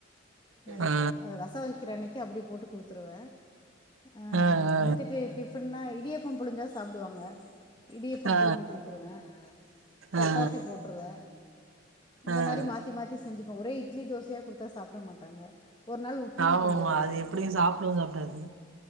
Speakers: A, on the left; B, on the right.
A: நைட்டு
B: ஆ
A: ரசொ வெக்கிற அன்னை க்கு அப்படி போட்டு குடுத்துருவ ஆஹ்
B: ஆ ஆ
A: <unintelligible> சொன்னா இடியாப்போ புளிஞ்சா சாப்டுவாங்க இடியாப்போ
B: ஆ
A: புழிஞ்சு குடுத்துருவ சப்பாத்தி
B: ஆ
A: போட்டுருவ இந்த
B: ஆ
A: மாரி
B: ஆ
A: மாத்தி மாத்தி செஞ்சுப்பே ஒரே இட்லி தோசயா குடுத்தா சாப்ட மாட்டாங்க ஒரு நாள் உப்புமா
B: ஆமாமா
A: கிண்டுவ
B: அது எப்டியு சாப்டவு சாப்டாது